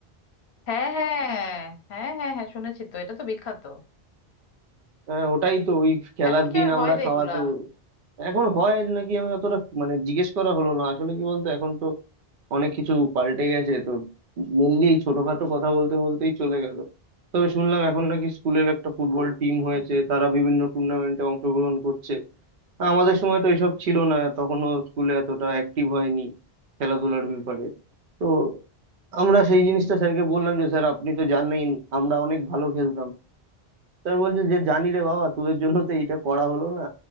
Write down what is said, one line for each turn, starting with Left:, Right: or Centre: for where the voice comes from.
Left: হ্যাঁ হ্যাঁ হ্যাঁ হ্যাঁ হ্যাঁ শুনেছি তো এটা তো বিখ্যাত
Right: হ্যাঁ ওটাই তো ওই খেলার
Left: এখন কি
Right: দিন
Left: আর হয়
Right: আমরা
Left: রে
Right: খাওয়া
Left: এগুলা
Right: তো এখন হয় নাকি আমি অতটা মানে জিজ্ঞেস করা হলো না আসলে কি বলতো এখন তো অনেক কিছু পাল্টে গেছে তো মেনলি এই ছোটখাটো কথা বলতে বলতেই চলে গেল তবে শুনলাম এখন নাকি স্কুলের একটা ফুটবল টিম হয়েছে
Left: হুম।
Right: তারা বিভিন্ন টুর্নামেন্টে অংশগ্রহণ করছে আমাদের সময় তো এসব ছিল না তখনও স্কুলে এতটা অ্যাক্টিভ হয়নি খেলাধুলার ব্যাপারে তো আমরা সেই জিনিসটা স্যারকে বললাম যে স্যার আপনি তো জানেন আমরা অনেক ভালো খেলতাম স্যার বলছে যে জানি রে বাবা তোদের জন্য তো এইটা করা হলো না